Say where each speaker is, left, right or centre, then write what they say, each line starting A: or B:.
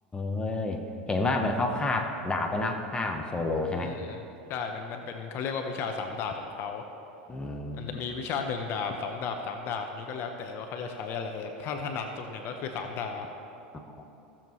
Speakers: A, on the left (about 15°); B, on the left (about 50°).
A: เอ้ยเห็นว่าเหมือนเขาคาบดาบไปนะท่าของโซโลใช่ไหม
B: อืมอืมใช่มันมันเป็นเขาเรียกว่าวิชาสามดาบของเขา
A: อืม
B: มันจะมีวิชาหนึ่งดาบสองดาบสามดาบอันนี้ก็แล้วแต่ว่าเขาจะใช้อะไรถ้าถนัดสุดเนี่ยก็คือสามดาบ
A: อ๋อ